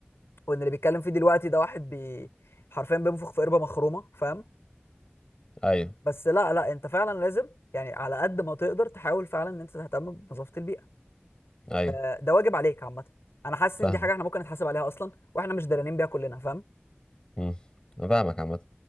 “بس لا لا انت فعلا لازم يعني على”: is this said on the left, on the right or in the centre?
Left